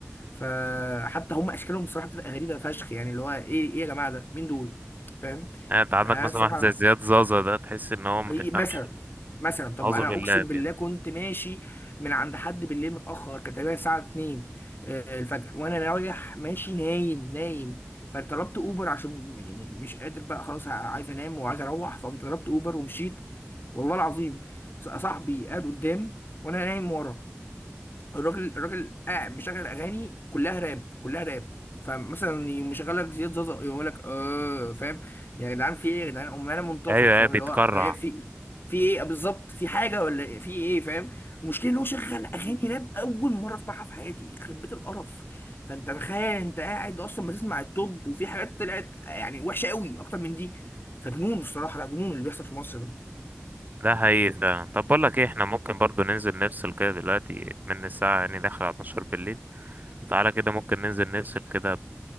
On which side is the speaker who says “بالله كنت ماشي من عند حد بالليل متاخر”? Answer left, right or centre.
Left